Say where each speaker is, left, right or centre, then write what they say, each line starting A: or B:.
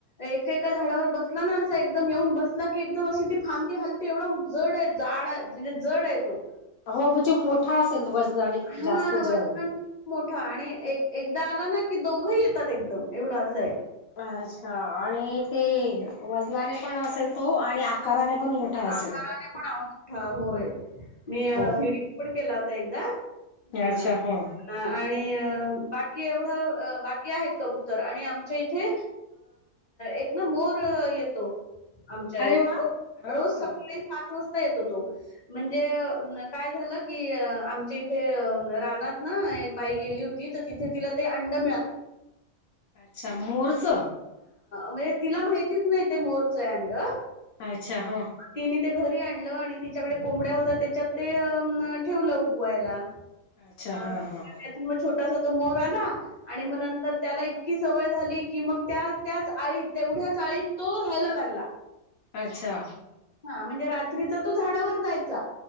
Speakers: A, on the left; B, on the left.
A: एकका झाडावर बसला एकदम येऊन बसला की एकदम अशी ती फांदीे हल एवढं जड आहे जाड म्हणजे जड य तो
B: हो म्हणजे मोठा असेल वजनाने
A: हा
B: जास्त जड
A: वजनाने मोठा आणि एक एकदा आला ना की दोघही येतात एकदम एवढं असं आहे
B: अच्छा आणि ते वजलाने पण असेल तो आणि म आकाराने पण मोठा असेल
A: आकाराने पण मोठा होय मी
B: हो
A: व्हिडिओ पण केला होता एकदा
B: अच्छा
A: अ
B: हा
A: अ आणि बाकी एवढं बाकी आहेत कबुतर आणि आमच्या इथे एक ना मोर येतो आमच्या
B: अरे
A: इथ
B: वा हो
A: रोज सकाळी
B: का.
A: सात वाजता येतो तो म्हणजे काय झालं की आमच्या इथे रानात ना एक बाई गेली होती तर तिथे तिला ते अं मि
B: अच्छा मोरच
A: म्हणजे तिला माहितीच नाही ते मोरचं अंड
B: अच्छा हा
A: तिने ते घरी आणि तिच्याकडे कोंबड्या होत त्याच्यात ते ठेवलं उबुवायला
B: अच्छा हा
A: अ
B: हा.
A: त्यातून मग छोटासा तो मोर आला आणि मग नंतर त्याला इतकी सवय झाली कि मग त्या त्याच आळीत तेवढ्याच आळीत तो राहायला लागला
B: अच्छा
A: हा म्हणजे रात्रीचा तो झाडावर जायचा